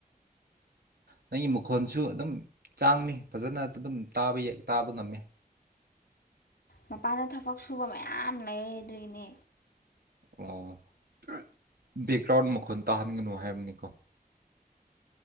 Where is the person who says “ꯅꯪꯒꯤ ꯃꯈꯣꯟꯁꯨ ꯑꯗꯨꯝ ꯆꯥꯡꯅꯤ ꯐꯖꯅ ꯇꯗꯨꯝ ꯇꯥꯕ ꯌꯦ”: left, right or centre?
Right